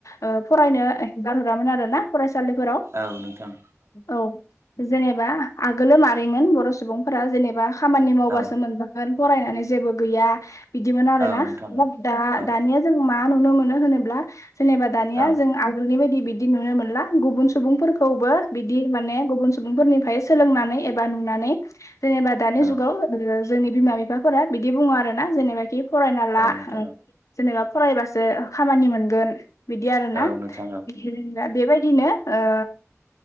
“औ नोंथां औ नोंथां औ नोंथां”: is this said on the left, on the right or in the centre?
Right